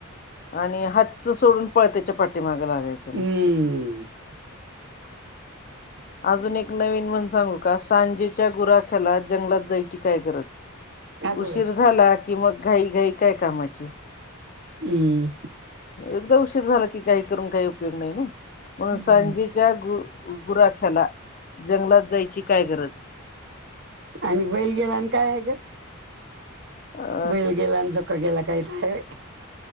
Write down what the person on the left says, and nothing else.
आणि हातचं सोडून पळत्याच्या पाठीमागं लागायचं. चला
अजून एक नवीन म्हण सांगू का? सांजेच्या गुराख्याला जंगलात जायची काय गरज.
उशीर
झाला कि मग घाई घाई काय कामाची?
एकदा उशीर झाला की घाई करून काही उपयोग नाही ना म्हणून
सांजेच्या गु गुराख्याला जंगलात जायची काय गरज.
अ